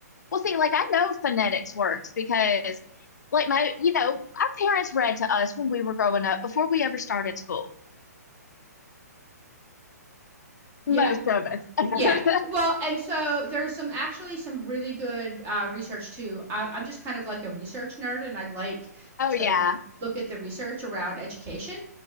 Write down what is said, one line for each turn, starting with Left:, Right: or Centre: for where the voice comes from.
Left: Well, see, like I know phonetics works because, like, my, you know, our parents read to us when we were growing up before we ever started school.
Right: yeah
Left: Most of us. <laughs>
Right: Yeah. Well, and so there's some actually some really good uh, research too. I, I'm just kind of like a research nerd and I like
Left: Oh,
Right: to
Left: yeah.
Right: look at the research around education.